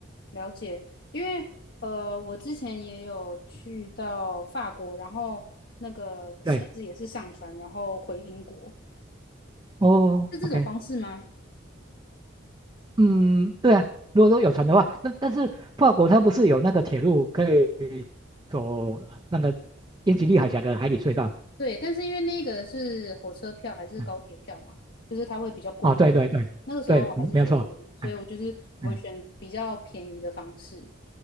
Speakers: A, on the left; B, on the right.
A: 了解，因为呃，我之前也有去到法国，然后那个车子也是上船，
B: 对，
A: 然后回英国，
B: 哦，OK，
A: 是这种方式吗？
B: 嗯，对啊，如果说有船的话，那但是法国它不是有那个铁路可以走那个英吉利海峡的海底隧道？
A: 对，但是因为那个是火车票还是高铁票嘛，
B: 嗯，
A: 就是它会比较贵一点
B: 哦，对对对对，
A: 那个时候我还是学生，
B: 嗯没有错，
A: 所以我就是我们选比较便宜的方式。
B: 哎哎